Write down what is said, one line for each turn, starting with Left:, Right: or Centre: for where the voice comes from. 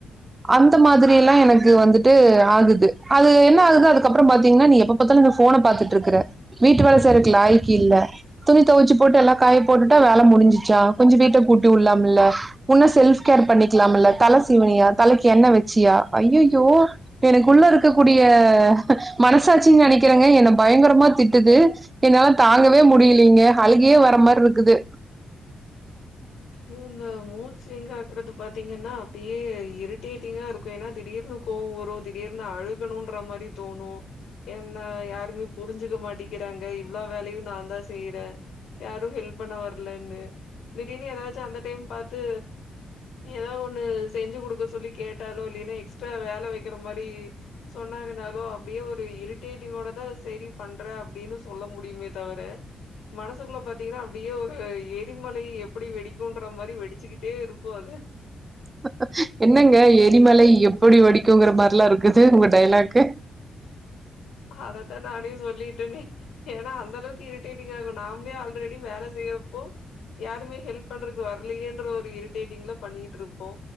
Right: அந்த மாதிரி எல்லா எனக்கு வந்துட்டு ஆகுது அது என்ன ஆகுது அதுக்கப்ரோ பாத்தீங்கன்னா நீ எப்ப பத்தாலு இந்த ஃபோன பாத்துட்டு இருக்ற வீட்டு வேல சேரைக்கு லாக்கில்ல துணி துவச்சு போட்டு எல்லா காய போட்டுட்டா வேல முடிஞ்சுச்சா கொஞ்சோ வீட்ட கூட்டி உள்ளலாம்ல்ல உன்ன செல்ஃப் கேர் பண்ணிக்கலாம்ல்ல தல சீவனியா தலைக்கு என்ன வச்சியா அய்யய்யோ எனக்குள்ள இருக்கக்கூடிய மனசாச்சின் நினைக்கிறேங்க என்னை பயங்கரமா திட்டுது என்னால தாங்கவே முடியலீங்க அழுகே வர மாரிருக்குது
Left: இவுங்க மூத் ஸ்விங்க இருக்றத பாத்தீங்கன்னா அப்படியே இரிட்டேட்டிங்கா இருக்கு ஏன்னா திடீர்னு கோவோ வரு திடீர்னு அழுகணும்ன்ற மாரி தோணு என்ன யாருமே புரிஞ்சிக மாட்டிக்கிறாங்க இவ்லோ வேலையு நா தா செய்யறே யாரு ஹெல்ப் பண்ண வர்லன்னு திடீனு ஏதாச்சு அந்த டைம் பாத்து ஏதோ ஒண்ணு செஞ்சு கொடுக்க சொல்லி கேட்டாலோ இல்லன்னா எக்ஸ்ட்ரா வேல வக்கிற மாரி சொன்னாங்கனாலோ அப்படியே ஒரு இரிட்டேட்டிங்கோட தா சரி பண்ற அப்படின்னு சொல்ல முடியுமே தவிர மனசுக்குள்ள பாார்த்தீங்கன்னா அப்டியே ஒரு எரிமலைப் எப்டி வெடிக்கும்ன்ற மாரி வெடிச்சுக்கிட்டே இருக்கு அது
Right: ஹ ஹ என்னங்க எரிமலை எப்படி வடிக்குங்கிற மாரிலா இருக்கு உங்க டைலாக்கு
Left: அதத்தா நானே சொல்லிட்டேனே ஏனா அந்த அளவுக்கு இரிட்டேட்டிங் ஆகு நாம்ளே ஆல்ரெடி வேல செய்யறப்போ யாருமே ஹெல்ப் பண்றக்கு வரலையேன்ற ஒரு இரிட்டேட்டிங்ல பண்ணிட்டு இருப்போ